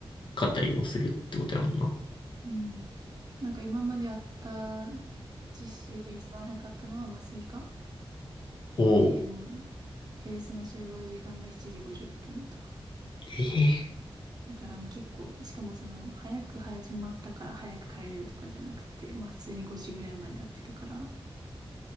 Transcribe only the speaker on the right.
うん。なんか今までやった実習で一番早かったのは麻酔科
で、もうベースの集合時間が7時50分とか。
だからもう結構、しかもその、早く始まったから早く帰れるとかじゃなくて、まあ普通に5時ぐらいまでやってたから、